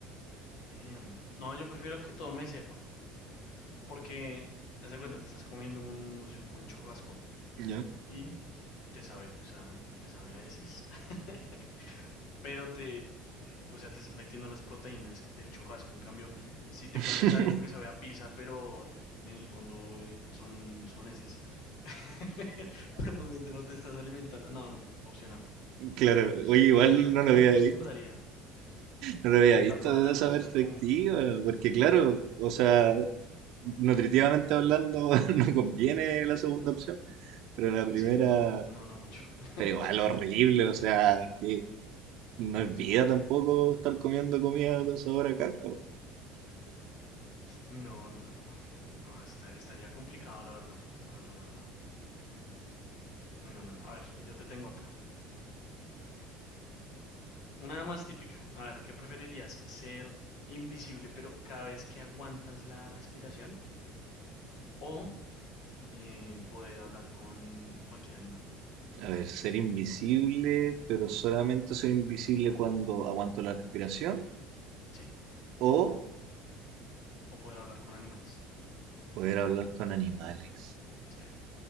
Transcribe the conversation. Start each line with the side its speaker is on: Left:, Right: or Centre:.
Left: Damn. No, yo prefiero que todo me sepa. Porque, haz de cuenta, te estás comiendo un, o sea, un buen churrasco
Right: ¿Ya?
Left: y te sabe, pues, a, te sabe a veces. <laughs> pero te, te- o sea, te estás metiendo las proteínas del churrasco. En cambio, si te
Right: <laughs>
Left: comes algo que sabe a pizza, pero eh, en el fondo eh, son, son heces, <laughs> pues realmente no te estás alimentando. No, no, no, opción A.
Right: Claro,
Left: Sí,
Right: oye,
Left: sí,
Right: igual
Left: sí. Yo creo
Right: no
Left: que
Right: lo había
Left: me acostumbraría.
Right: visto, no lo había
Left: Me
Right: visto
Left: tapó la
Right: desde
Left: nariz
Right: esa perspectiva,
Left: al comer.
Right: porque claro, o sea, nutritivamente hablando <laughs> no conviene la segunda opción, pero la primera,
Left: Sí, no, no, no mucho. <laughs>
Right: pero igual horrible, o sea, que no es vida tampoco estar comiendo comida con sabor a caca. po.
Left: Uy, no, no, no, no, no. No, esta- estaría complicado, la verdad. La verdad, la verdad. Uy, no, no. no. A ver, yo te tengo otra. Una más típica. A ver, ¿qué preferirías? ¿Ser invisible pero cada vez que aguantas la respiración? ¿O eh, poder hablar con cualquier animal?
Right: A ver, ser invisible, pero solamente soy invisible cuando aguanto la respiración
Left: Sí,
Right: o
Left: o poder hablar con animales.
Right: poder hablar con animales.
Left: Sí.